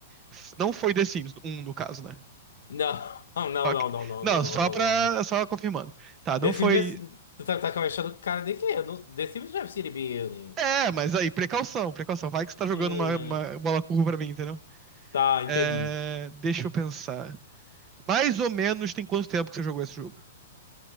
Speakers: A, on the right; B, on the left.
A: F- Não foi The Sims um no caso, né?
B: Não, <laughs> não, não,
A: Ok.
B: não, não, não,
A: Não,
B: não,
A: só
B: não,
A: pra.
B: não. não.
A: Só confirmando. Tá, não
B: The
A: foi.
B: Sims já. Tu tá, tá com a cara de quê? Eu não- The Sims já é city building.
A: É, mas aí, precaução, precaução. Vai que você tá jogando
B: Hum.
A: uma, uma bola curva pra mim, entendeu?
B: Tá, entendi.
A: É, deixa eu pensar. Mais ou menos tem quanto tempo que você jogou esse jogo?